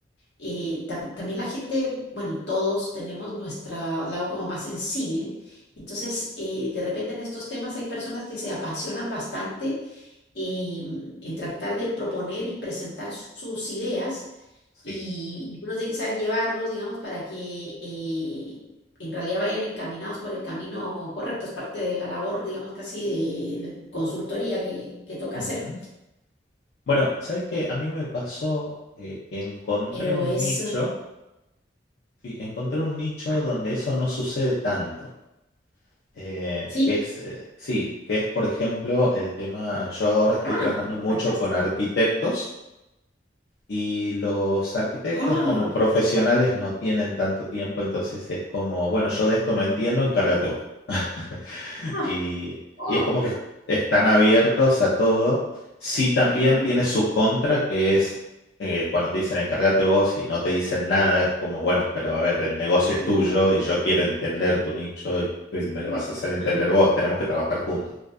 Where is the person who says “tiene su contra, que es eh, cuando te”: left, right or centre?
Left